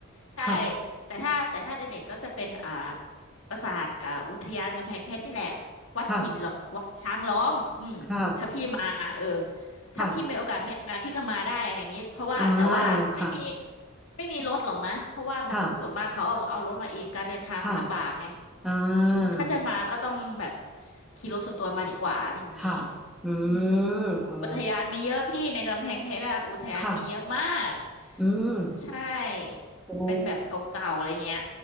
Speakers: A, on the left; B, in the centre.
A: ใช่
B: ค่ะ
A: แต่ถ้าแต่ถ้าเด่นๆก็จะเป็นอ่าปราสาทอ่าอุทยานกำแพงเพชรนี่แหละวัดหินล้อวัดช้างล้อมอืมถ้าพี่มาเออ
B: ค่ะค่ะ
A: ถ้าพี่มีโอกาสมาพี่ก็มาได้อะไรอย่างเงี้ยเพราะว่าแต่ว่าไม่มี
B: ค่ะอ่าค่ะ
A: ไม่มีรถหรอกนะเพราะว่ามันส่วนมากเขาเอาเอารถมาเองการเดินทางมันลำบากไง
B: ค่ะค่ะอ่า
A: อืมถ้าจะมาก็ต้องแบบขี่รถส่วนตัวมาดีกว่าอะไรอย่างงี้
B: ค่ะอืมอ๋อ
A: อืมอุทยานมีเยอะพี่ในกำแพงเพชรอะอุทยานมีเยอะมาก
B: ค่ะอืม
A: ใช่เป็นแบบเก่าๆอะไรเงี้ย
B: โอ้